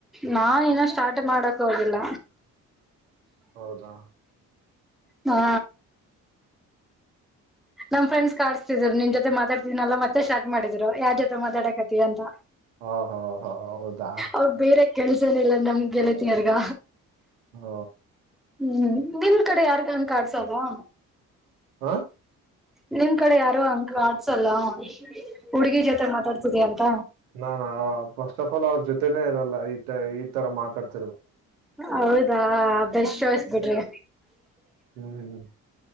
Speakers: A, in the centre; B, on the right.
A: ನಾ ನ ಸ್ಟಾರ್ಟ್ ಮಾಡಕ್ ಹೋಗಿಲ್ಲ
B: ಹೌದಾ
A: ಹಾ ನಮ್ ಫ್ರಂಡ್ಸ್ ಕಿಸಸ್ತಿದ್ರು ನಿನ್ ಜೊತೆ ಮಾತಾಡ್ತೀನಲ್ಲ ಮತ್ತೆ ಶ್ಟಾರ್ ಮಾಡಿದ್ರು ಯಾರ್ ಜೊತೆ ಮಾತಡಾಕತಿ ಅಂತ
B: ಹ ಹ ಹ ಹೌದಾ
A: ಅವ್ರ ಬೇರೆ ಕೆಲ್ಸನಲ್ಲ ನಮ್ ಗೆಲತಿಯರ್ಗ
B: ಹ್ಮ
A: ಹ್ಮ್ ನಿಮ ಕಡೆ ಯಾರ್ಗಂಗ ಕಡ್ಸವವಾ
B: ಹಾ
A: ನಿಮ್ ಕಡೆ ಯಾರೋ ಅಂಕ ಆಡ್ಸಲ್ಲ ಹುಡ್ಗಿ ಜೊತೆ ಮಾತಾಡ್ತಿದ ಅಂತ
B: ನಾಾನಾ ಫಸ್ಟ್ ಆಫ್ ಆಲ್ ಅವ್ರ ಜೊತೆನೇ ಇರಲ್ಲ ಈ ಈ ತರ ಮಾತಾಡ್ತ
A: ಹೌದಾ ಬೆಸ್ ಶೋಸ್ಬಿಡ್ರಿ
B: ಹ್ಮ್ ಹ್ಮ್